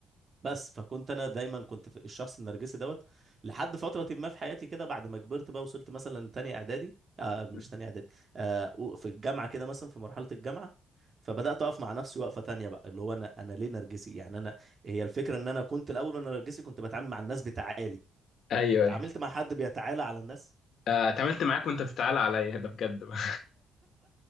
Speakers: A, on the right (about 40°); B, on the left (about 65°).
A: بس فكنت انا دايما كنت في الشخص النرجسي دوت لحد فتره ما في حياتي كده بعد ما كبرت بقى وصلت مثلا لتانية اعدادي آه مش
B: أمم.
A: تانية اعدادي آه و- في الجامعه كده مثلا في مرحله الجامعه فبدات اقف مع نفسي وقفه تانية بقى اللي هو انا انا ليه نرجسي يعني انا هي الفكره ان انا كنت الاول وانا نرجسي كنت بتعامل مع الناس بتعالي
B: أيوه
A: تعاملت
B: أيوه
A: مع حد بيتعالى على الناس
B: آه، اتعاملت معاك وأنت بتتعالى عليا ده بجد بقى